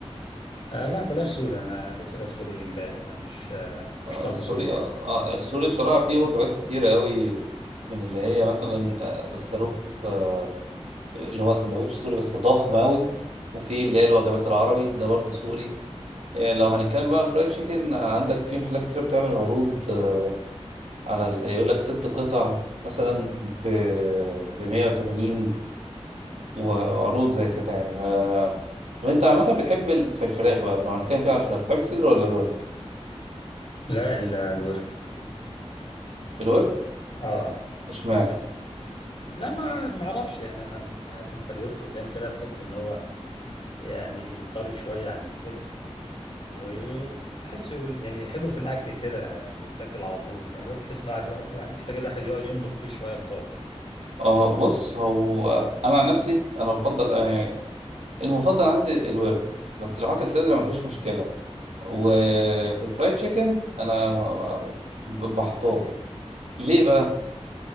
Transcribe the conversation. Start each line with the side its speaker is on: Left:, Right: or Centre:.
Left: آه لا بلاش سوري انا لسه جاي سوري امبارح فمش آه مش
Right: آه،
Left: طالبه
Right: السوري
Left: سوري تاني
Right: آه، آه، السوري بصراحة فيه وجبات كتير قوي من اللي هي مثلا آه، الصاروخ آه، اللي هو سندوتش سوري بس ضخم قوي وفي اللي هي الوجبات العربي ده برضه سوري آه، لو هنتكلم بقى على الفرايد تشيكن آه، عندك في محلات كتير بتعمل عروض آه، على ال- يقول لك ست قطع مثلا ب 180 وعروض زي كده يعني ما... طب انت عامة بتحب ال... في الفراخ بقى لو هنتكلم كده على الفراخ بتحب الصدر ولا الورك؟
Left: لا ال- الورك
Right: الورك
Left: اه
Right: اشمعنى؟
Left: بس لا ما ما اعرفش يعني انا يعني عارف انت الورك قدامي كده بحس ان هو يعني طري شويه عن الصدر وبحسه يعني حلو في الاكل كده بيتاكل على طول لان يعني الورك تحس ان الواحد محتاج الواحد يقعد يمضغ فيه شويه اكتر
Right: اه بص هو انا عن نفسي انا بفضل آه، يعني المفضل عندي الورك بس لو هاكل صدر مفيش مشكلة وفي الفرايد تشيكن انا ب- بحتار ليه بقى؟